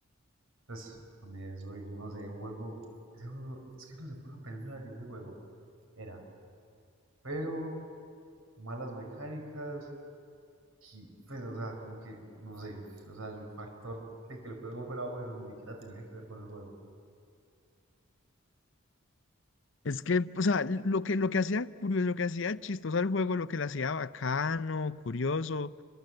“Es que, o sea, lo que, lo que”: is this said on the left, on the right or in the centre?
Left